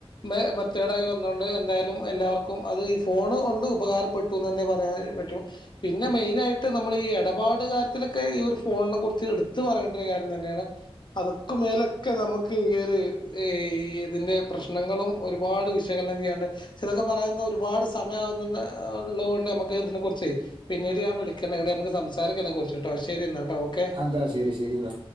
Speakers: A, on the left (about 45°); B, on the right (about 50°).
A: മേ മെത്തേഡ് ആയി വന്നൊ ണ്ട് എന്തായാലും എല്ലാവർക്കും അത്ഈ ഫോണ് കൊണ്ട് ഉപകാരപ്പെട്ടുന്നന്നെ പറയാൻ പറ്റും പിന്നെ മെയി നായിട്ട് നമ്മള് ഈ എടപാട് കാര്യത്തിലെക്കെ ഈ ഒരു ഫോൺനെ കുറിച്ച് എടുത്ത്പറയേണ്ട ഒരു കാര്യം തന്നെയാണ് അതൊ ക്കുമേലക്കെ നമുക്ക് ഈ ഒരു ഈതിന്റെ പ്രശ്നങ്ങളും ഒരുപാട് വിശകലനം ചെയ്യ ചെലതൊക്കെ പറയന്ന ഒരുപാട് സമയം ആവുന്നുള്ള ഒള്ളകൊണ്ട് നമുക്ക് ഇതിനെ കുറച്ചേ പിന്നീട് ഞാൻ വിളി ക്കണ് ണിട്ട് നമക്ക് സംസാരി <unintelligible> ക്കെറച്ചിട്ടോ ശരി എന്നാ കേട്ടോ ഓക്കെ
B: അതാ ശരി ശരിന്നാ